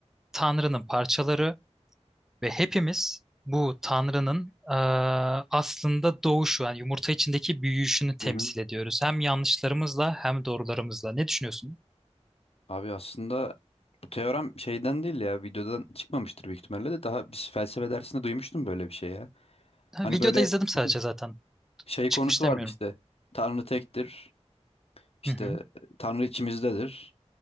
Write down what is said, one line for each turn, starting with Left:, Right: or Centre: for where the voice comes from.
Centre: Tanrı'nın parçaları ve hepimiz bu Tanrı'nın e, aslında doğuşu, yani yumurta içindeki büyüyüşünü temsil
Left: Hı hı.
Centre: ediyoruz. Hem yanlışlarımızla hem doğrularımızla. Ne düşünüyorsun?
Left: Abi aslında bu teorem şeyden değil ya videodan çıkmamıştır büyük ihtimalle de daha biz felsefe dersinde duymuştum böyle bir şey ya.
Centre: Ha,
Left: Hani
Centre: videoda
Left: böyle
Centre: izledim sadece zaten.
Left: <clears throat> şey
Centre: Çıkmış
Left: konusu
Centre: demiyorum.
Left: vardı işte Tanrı tektir işte
Centre: Hı hı.
Left: Tanrı içimizdedir